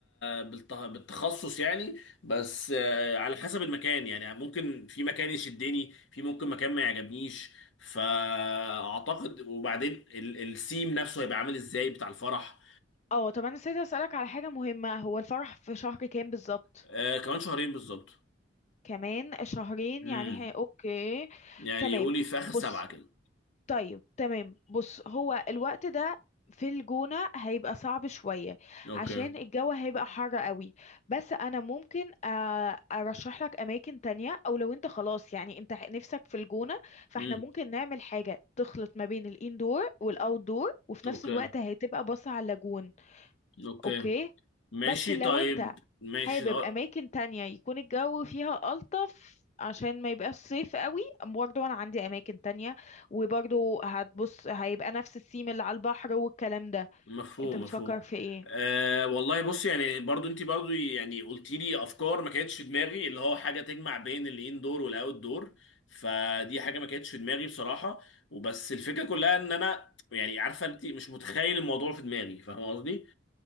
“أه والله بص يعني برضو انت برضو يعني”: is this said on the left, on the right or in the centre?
Left